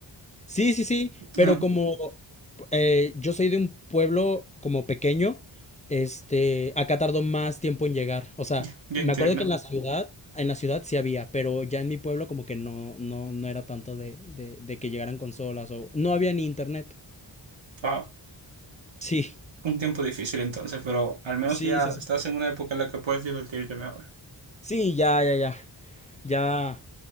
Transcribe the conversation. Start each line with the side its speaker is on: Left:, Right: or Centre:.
Left: Sí, sí, sí, pero
Right: Ah,
Left: como eh, yo soy de un pueblo como pequeño, este, acá tardó más tiempo en llegar. O sea,
Right: ya, ya
Left: me
Right: entiendo.
Left: acuerdo que en la ciudad, en la ciudad sí había, pero ya en mi pueblo como que no, no, no era tanto de, de, de que llegaran consolas o no había ni internet.
Right: Wow,
Left: Sí,
Right: un tiempo difícil entonces, pero al menos
Left: sí,
Right: ya
Left: sí, sí.
Right: estás en una época en la que puedes divertirte mejor.
Left: Sí, ya, ya, ya. Ya